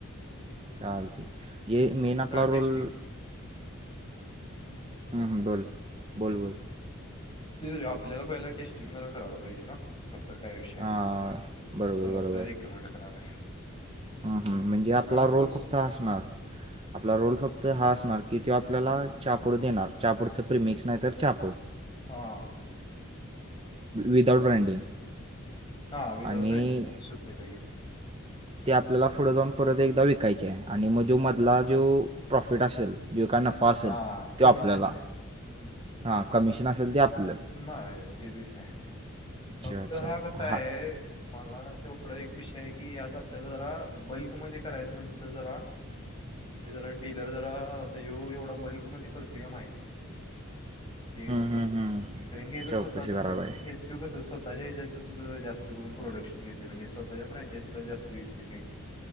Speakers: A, on the right; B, on the left.
A: चालतयं हे मेन आपला
B: टेस्टिंग
A: रोल हमम! हम बोल -बोल- बोल.
B: तेे आपल्याला पहिलं टेस्टिंग जरा करायला पाहिजे ना कसं. काय विषय आहे
A: हा,
B: त्यानुसार
A: बरोबर बरोबर.
B: आपल्याला रिकमेंड करायला आहे
A: म्हणजे
B: तू
A: आपला
B: काय म्हणतोस
A: रोल फक्त असणार आपला रोल फक्त हा. की त आपल्याला चहापूड देणार चहापूडचं प्रिमिक्स नाही तर चहापूड
B: हां.
A: विदाआउट ब्रँडिंग
B: हा विदाउट
A: आणि
B: ब्रेंडिंग सुट्टी पॅकेट
A: ते आपल्याला पुढं जाऊन परत एकदा विकायचे आहे आणि मग जो मधला जो प्रॉफिट असेल जे काय नफा असेल
B: हा
A: तो
B: कमिशन
A: आपल्याला
B: रे हम्म
A: हां कमिशन असेल. ते आपलं
B: कमिशन मागायचं तेच विषय आहे.
A: अच्छा
B: फक्त
A: अच्छा
B: हा कसा
A: हां
B: आहे मला तेवढा एक विषय कि आज आपल्याला जरा बल्कमध्ये करायचं म्हणलं तर जरा म्हणजे जरा डीलर जरा आता व्हो एवढा बल्कमध्ये करतो का माहित ते एकदा
A: हं
B: चौक
A: हं हं
B: कारण की तर
A: चौकशी
B: स्वतःच
A: करा बाई
B: हे कसं स्वतःच्या हच्यात जास्त करून प्रोडक्शन देते म्हणजे स्वतःच्या फ्रॅचायजीला जास्त विकते ते